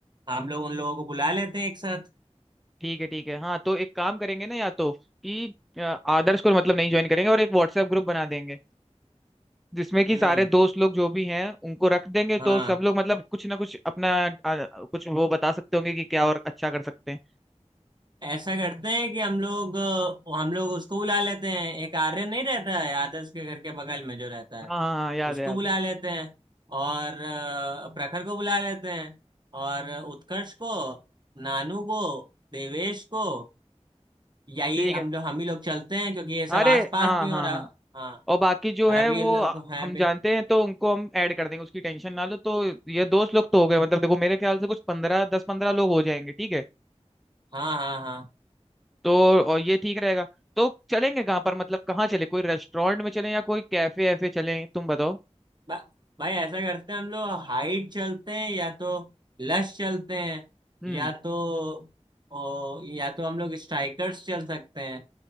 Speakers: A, on the right; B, in the centre.
A: हम लोग उन लोगों को बुला लेते हैं एक साथ
B: ठीक है ठीक है हाँ तो एक काम करेंगे ना या तो कि अ, आदर्श को मतलब नहीं ज्वाइन करेंगे और एक व्हाट्सएप ग्रुप बना देंगे जिसमें कि
A: हम्म
B: सारे दोस्त लोग जो भी हैं उनको रख देंगे तो
A: हाँ
B: सब लोग मतलब कुछ ना कुछ अपना आ, कुछ वो बता सकते होंगे कि क्या और अच्छा कर सकते हैं
A: ऐसा करते हैं कि हम लोग अ, हम लोग उसको बुला लेते हैं एक आर्यन नहीं रहता है आदर्श के घर के बगल में जो रहता है
B: हाँ हाँ हाँ याद
A: उसको
B: है याद
A: बुला
B: है
A: लेते हैं और अ, प्रखर को बुला लेते हैं और
B: हाँ,
A: उत्कर्ष को नानू को देवेश को यही
B: ठीक
A: हम
B: है
A: लोग हम ही लोग चलते हैं क्योंकि ये सब
B: अरे
A: आसपास
B: हाँ
A: भी हैं
B: हाँ
A: और अ,
B: हाँ
A: हाँ
B: और बाकी जो
A: और
B: है
A: अभी
B: वो
A: ये लोग हैं
B: हम
A: भी
B: जानते हैं तो उनको हम ऐड कर देंगे उसकी टेंशन ना लो तो ये दोस्त लोग तो हो गए मतलब देखो मेरे ख्याल से कुछ पंद्रह दस पंद्रह लोग हो जाएंगे ठीक है
A: हाँ हाँ हाँ
B: तो और ये ठीक रहेगा तो चलेंगे कहाँ पर मतलब कहाँ चले कोई रेस्टोरेंट में चलें या कोई कैफे ऐफे चलें तुम बताओ
A: बा, भाई ऐसा करते हैं हम लोग हाइट चलते हैं या तो लश चलते हैं
B: हम्म
A: या तो ओ, या तो हम लोग स्ट्राइकर्स चल सकते हैं